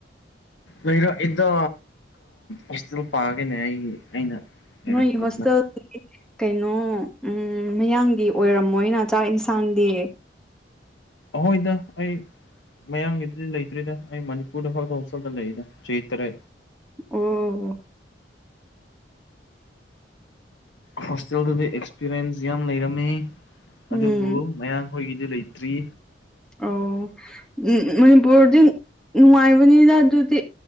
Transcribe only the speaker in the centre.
ꯅꯣꯏ ꯍꯣꯁꯇꯦꯜ ꯀꯩꯅꯣ ꯃꯌꯥꯡꯒꯤ ꯑꯣꯏꯔꯝꯃꯣꯏꯅ ꯆꯥꯛ ꯏꯟꯁꯥꯡꯗꯤ
ꯑꯣ
ꯎꯝ
ꯑꯣ ꯃꯅꯤꯄꯨꯔꯗꯤ ꯅꯨꯡꯉꯥꯏꯕꯅꯤꯅ ꯑꯗꯨꯗꯤ